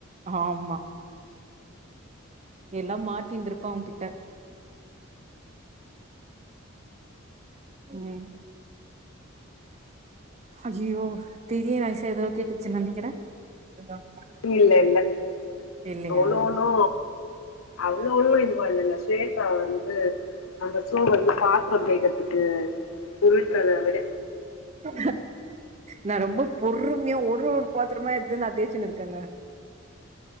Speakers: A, on the right; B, on the left.
A: ஆமா எல்லா மாட்டின்ருப்பா அவங்கிட்ட உம் ஐயியய்யோ பெரிய ராசியா ஏதோ கேட்டுச்சுனு நினைக்கிறே <unintelligible>
B: இல்ல இல்ல
A: இல்லையா
B: னோ னோ னோ அவ்ளோ அவ்ளோல்லா இதுவா இல்லைங்க ஸ்வேதா வந்து அந்த சூ வந்து பாத் சும்மா ஜெய்கற்துக்கு உருட்டுறத விட
A: ஆ நா ரொம்ப பொறுமையா ஒரு ஒரு பாத்திரமா எடுதுன்னு நா தேய்ச்சுன்னு இருக்கேங்க